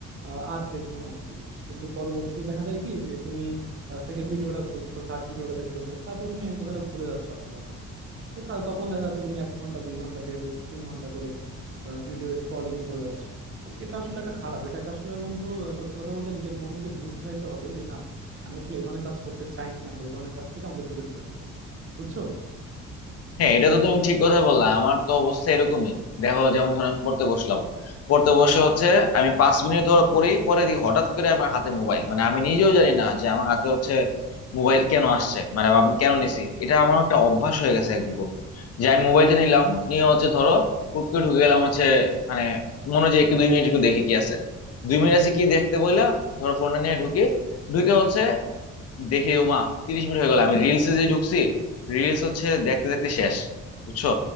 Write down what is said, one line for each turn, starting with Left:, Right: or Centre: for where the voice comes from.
Right: আহ, আর দেখবো না আর কি কিন্তু পরবর্তীতে দেখা যায় কি যে তুমি সেকেন্ড ভিডিওটা দেখতেছো থার্ড ভিডিওটা দেখতেছো তারপরে তুমি এই কথাটা ভুলে যাচ্ছ আসলে আসলে তো তা- তখন দেখা যাচ্ছে তুমি এক ঘন্টা দুই ঘন্টা দেড় তিন ঘন্টা করে ভিডিও স্ক্রলিং করে যাচ্ছ তো এটা আসলে একটা খারাপ এটাকে আসলে বন্ধু আহ, সত্যি কথা বলতে নিজের মনকে বুঝাইতে হবে যে না আমি আসলে এই ধরনের কাজ করতে চাই না বা এই ধরনের কাজ থেকে আমাদের দূরে সরে আসতে হবে বুঝছো
Left: হ্যাঁ এটা তো তুমি ঠিক কথা বললা আমার তো অবস্থা এরকমই দেখো যেমন ধরো আমি পড়তে বসলাম পড়তে বসে হচ্ছে আমি পাঁচ মিনিট ধরে পড়ি পরে দেখি হঠাৎ করে আমার হাতে মোবাইল মানে আমি নিজেও জানি না যে আমার হাতে হচ্ছে মোবাইল কেন আসছে মানে আমি কেন নিছি এটা আমার একটা অভ্যাস হয়ে গেছে একরকম যে আমি মোবাইলটা নিলাম নিয়ে হচ্ছে ধরো হুট করে ঢুকে গেলাম হচ্ছে মানে মনে হয় যে একটু দুই মিনিট একটু দেখি কি আছে দুই মিনিট আছে কি দেখতে বললে ধরো ফোনটা নিয়ে ঢুকে ঢুকে হচ্ছে দেখি ওমা তিরিশ মিনিট হয়ে গেল আমি রিলসে যে ঢুকছি রিলস হচ্ছে দেখতে দেখতে শেষ বুঝছো